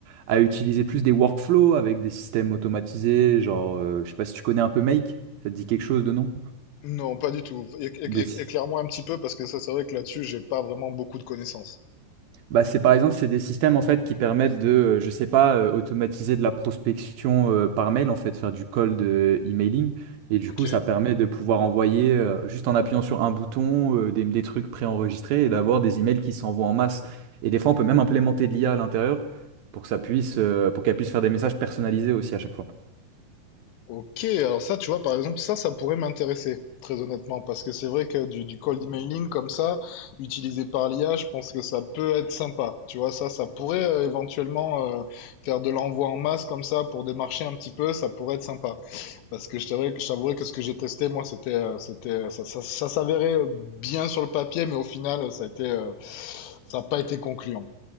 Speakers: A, on the right; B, on the left.
A: à utiliser plus des workflows avec des systèmes automatisés, genre, euh, je sais pas si tu connais un peu Make, ça te dit quelque chose de non?
B: Non, pas du tout. Éc- éc-
A: Des
B: éc-
A: sy-
B: Éclaire-moi un petit peu parce que ça c'est vrai que là-dessus j'ai pas vraiment beaucoup de connaissances.
A: Bah, c'est par exemple, c'est des systèmes en fait qui permettent de, euh, je sais pas, euh, automatiser de la prospection euh, par mail en fait, faire du cold euh, emailing. Et du
B: Ok.
A: coup, ça permet de pouvoir envoyer euh, juste en appuyant sur un bouton euh, des, des trucs préenregistrés et d'avoir des emails qui s'envoient en masse. Et des fois, on peut même implémenter de l'IA à l'intérieur pour que ça puisse, euh, pour qu'elle puisse faire des messages personnalisés aussi à chaque fois.
B: Ok, alors ça, tu vois, par exemple, ça, ça pourrait m'intéresser, très honnêtement, parce que c'est vrai que du, du cold emailing comme ça, utilisé par l'IA, je pense que ça peut être sympa. Tu vois, ça, ça pourrait euh, éventuellement euh, faire de l'envoi en masse comme ça pour démarcher un petit peu, ça pourrait être sympa. Parce que je t'avouerais que, je t'avouerais que ce que j'ai testé, moi, c'était, euh, c'était, ça, ça, ça s'avérait euh, bien sur le papier, mais au final, ça a été, euh, ça n'a pas été concluant.